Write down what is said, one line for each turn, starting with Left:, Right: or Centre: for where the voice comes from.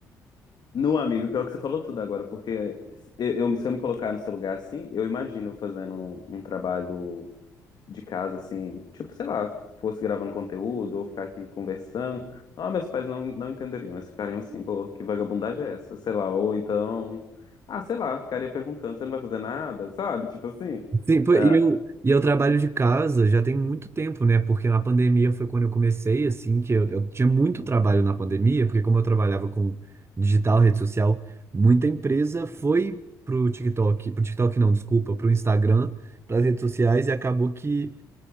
Left: Não, amigo, pior que você falou tudo agora, porque eu, eu- se eu me colocar no seu lugar assim, eu imagino eu fazendo um, um trabalho de casa assim, tipo, sei lá, fosse gravando conteúdo ou ficar aqui conversando. Ah, meus pais não, não entenderiam, eles ficariam assim, pô, que vagabundagem é essa? Sei lá, ou então, ah, sei lá, ficaria perguntando, você não vai fazer nada, sabe? Tipo assim.
Right: Sim, pô,
Left: ah,
Right: e eu, e eu trabalho de casa já tem muito tempo, né? Porque na pandemia foi quando eu comecei, assim, que eu, eu tinha muito trabalho na pandemia, porque como eu trabalhava com digital, rede social, muita empresa foi pro TikTok, pro TikTok não, desculpa, pro Instagram, pras redes sociais, e acabou que